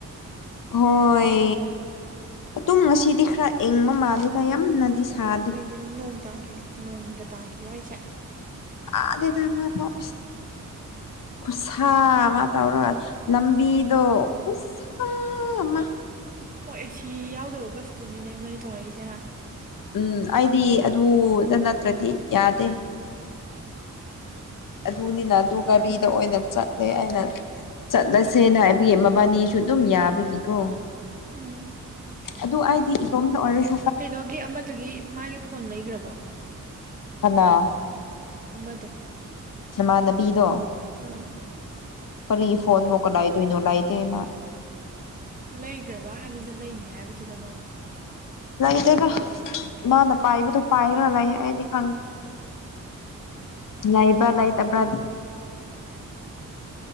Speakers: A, on the left (about 85°); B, on the right (about 25°).
A: ꯍꯣꯏ ꯑꯗꯨꯝ ꯉꯁꯤꯗꯤ ꯈꯔ ꯏꯪꯕ ꯃꯥꯜꯂꯦꯗ ꯌꯥꯝꯅꯗꯤ ꯁꯥꯗꯦ
B: ꯀꯩꯒꯤꯅꯣ ꯅꯣꯡ ꯇꯥꯈꯤꯕ ꯅꯣꯡꯒ ꯇꯥꯈꯤꯕꯣ ꯍꯥꯏꯁꯦ
A: ꯇꯥꯗꯦꯗ ꯑꯃꯐꯧ ꯈꯨꯠꯁꯥ ꯑꯃ ꯇꯧꯔꯒ ꯂꯝꯕꯤꯗꯣ ꯈꯨꯠꯁꯥ ꯑꯃ
B: ꯑ ꯑꯣ ꯑꯦꯁꯤ ꯌꯥꯎꯗꯕ ꯕꯁꯇꯨꯅꯤꯅꯦ ꯅꯣꯏ ꯇꯣꯡꯉꯛꯏꯁꯦ
A: ꯎꯝ ꯑꯩꯗꯤ ꯑꯗꯨꯗ ꯅꯠꯇ꯭ꯔꯗꯤ ꯌꯥꯗꯦ ꯑꯗꯨꯅꯤꯅ ꯑꯗꯨ ꯒꯥꯔꯤꯗ ꯑꯣꯏꯅ ꯆꯠꯂꯦ ꯑꯩꯅ ꯆꯠꯂꯁꯦꯅ
B: ꯎꯝ
A: ꯍꯥꯏꯕꯒꯤ ꯃꯕꯥꯅꯤꯁꯨ ꯑꯗꯨꯝ ꯌꯥꯕꯒꯤꯀꯣ
B: ꯎꯝ
A: ꯑꯗꯨ ꯑꯩꯗꯤ ꯏꯇꯣꯝꯇ ꯑꯣꯏꯔꯁꯤ
B: ꯀꯩꯅꯣꯒꯤ ꯑꯃꯗꯨꯒꯤ ꯃꯥꯒꯤ ꯐꯣꯟ ꯂꯩꯈ꯭ꯔꯕꯣ
A: ꯐꯅ
B: ꯑꯃꯗꯣ
A: ꯅꯃꯥꯟꯅꯕꯤꯗꯣ
B: ꯎꯝ
A: ꯀꯔꯤ ꯐꯣꯟꯅꯣ ꯀꯗꯥꯥꯏꯗꯩꯅꯣ ꯂꯩꯗꯦ ꯃꯥ
B: ꯂꯩꯒ꯭ꯔꯕ ꯍꯥꯏꯕꯅꯤꯗ ꯂꯩꯅꯤ ꯍꯥꯏꯕꯗꯨꯗ ꯃꯥꯅ
A: ꯂꯩꯗꯦꯗ ꯃꯥꯅ ꯄꯥꯏꯕꯗꯣ ꯄꯥꯏꯔꯥ ꯂꯩ ꯑꯩꯗꯤ ꯈꯪꯗꯦ ꯂꯩꯕ꯭ꯔ ꯂꯩꯇꯕ꯭ꯔꯗꯤ